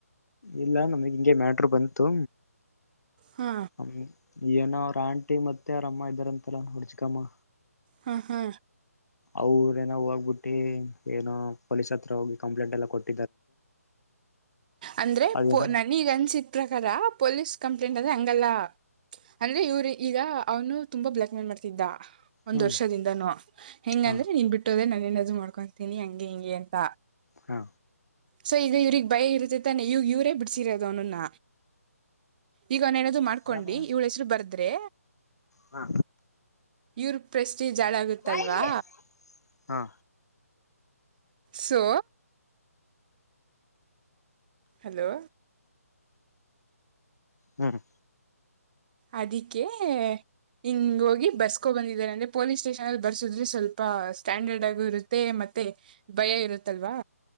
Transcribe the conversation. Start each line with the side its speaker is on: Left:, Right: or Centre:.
Left: ಇಲ್ಲ ನಮಗ್ ಹಿಂಗೆ ಮ್ಯಾಟರು ಬಂತು.
Right: ಹಾ.
Left: ಹ್ಮ್ ಏನೋ ಅವ್ರ ಆಂಟಿ ಮತ್ತೆ ಅವ್ರ ಅಮ್ಮ ಇದ್ದಾರ ಅಂತಲ್ಲ ಅವ್ರ್ ಚಿಕ್ಕಮ್ಮ.
Right: ಹಾ ಹಾ
Left: ಅವರ ಏನ ಹೋಗ್ಬಿಟ್ಟಿ ಏನೋ ಪೊಲೀಸ್ ಹತ್ರ ಹೋಗಿ ಕಂಪ್ಲೇಂಟ್ ಎಲ್ಲ ಕೊಟ್ಟ
Right: ಅಂದ್ರೆ
Left: ಅದೇನ
Right: ಪೋ ನನ್- ನೀಗ ಅನ್ಸಿದ ಪ್ರಕಾರ ಪೊಲೀಸ್ ಕಂಪ್ಲೇಂಟ್ ಅಂದ್ರೆ ಹಂಗಲ್ಲ. ಅಂದ್ರೆ ಇವ್ರ ಈಗ ಅವನು ತುಂಬಾ ಬ್ಲ್ಯಾಕ್ಕ್ ಮೇಲ್ ಮಾಡ್ತಿದ್ದ. ಒಂದ್
Left: ಹ್ಮ್
Right: ವರ್ಷದಿಂದನು ಹೆಂಗ
Left: ಹಾ
Right: ಅಂದ್ರೆ ನೀನ್ ಬಿಟ್ಟೋದ್ರೆ ನಾನೇನಾದ್ರು ಮಾಡ್ಕೊತೀನಿ ಹಂಗೆ ಹಿಂಗೆ ಅಂತ.
Left: ಹಾ
Right: ಸೊ ಈಗ ಇವ್ರಗ್ ಭಯ ಇರ್ತೈತ್ತಾನೆ ಇವಗ್ ಇವ್ರೇ ಬಿಡ್ಸಿರೋದು ಅವನನ್ನ. ಈಗ ಅವನೇನಾದ್ರು ಮಾಡ್ಕೊಂಡಿ
Left: ಹೇಳಮ್ಮ
Right: ಇವ್ಳ ಹೆಸರು ಬರ್ದ್ರೆ
Left: ಹಾ
Right: ಇವ್ರ ಪ್ರಿಸ್ಟೇಜ್ ಹಳಾಗುತ್ತಲ್ವಾ.
Left: ಬಾ ಇಲ್ಲಿ ಹಾ <inaudible>
Right: ಸೊ ಹಲೋ
Left: ಹ್ಮ್
Right: ಅದಿಕ್ಕೆ. ಹಿಂಗ ಹೋಗಿ ಬರ್ಸಕೋ ಬಂದಿದ್ದಾರೆ ಅಂದ್ರೆ ಪೊಲೀಸ್ ಸ್ಟೇಷನ್ ಅಲ್ಲಿ ಬರ್ಸಿದ್ರೆ ಸ್ವಲ್ಪ ಸ್ಟ್ಯಾಂಡರ್ಡ್ ಆಗು ಇರುತ್ತೆ. ಮತ್ತೆ ಮತ್ತೆ ಭಯ ಇರುತ್ತಲ್ವಾ.